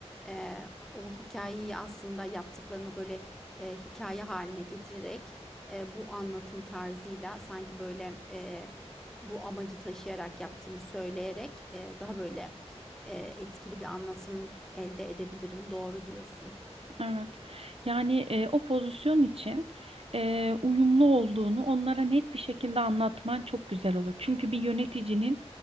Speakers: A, in the centre; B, on the right (about 60°).
A: Ee, o hikayeyi aslında yaptıklarımı böyle e, hikaye haline getirerek e, bu anlatım tarzıyla sanki böyle e, bu amacı taşıyarak yaptığımı söyleyerek e, daha böyle e, etkili bir anlatım elde edebilirim doğru diyorsun.
B: Evet. Yani e, o pozisyon için e, uyumlu olduğunu onlara net bir şekilde anlatman çok güzel olur. Çünkü bir yöneticinin